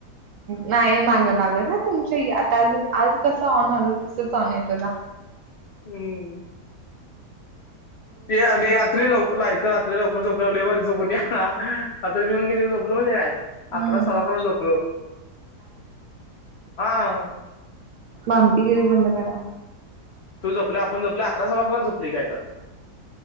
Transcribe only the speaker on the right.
नाही मागं लागत ह तुमच्या. ज आज कसं ऑनल तसच ऑन येतो हा.
हम्म
भामटी गेरी बंद करा.